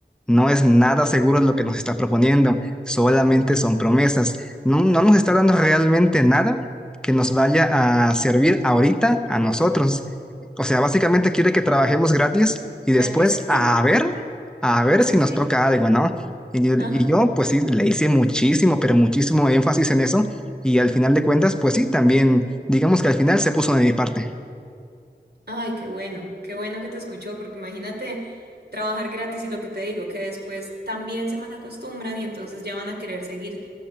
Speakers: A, in the centre; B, on the right (about 65°).
A: No es nada seguro lo que nos está proponiendo, solamente son promesas. No, no nos está dando realmente nada que nos vaya a servir ahorita a nosotros. O sea, básicamente quiere que trabajemos gratis y después
B: Gratis.
A: a
B: <laughs>
A: ver, a ver
B: Sí,
A: si nos
B: sí.
A: toca algo, ¿no? Y yo,
B: Ajá.
A: y yo, pues sí, le hice muchísimo, pero muchísimo énfasis en eso y al final de cuentas, pues sí, también, digamos que al final se puso de mi parte.
B: Ay, qué bueno, qué bueno que te escuchó, porque imagínate trabajar gratis y lo que te digo, que después también se malacostumbran y entonces ya van a querer seguir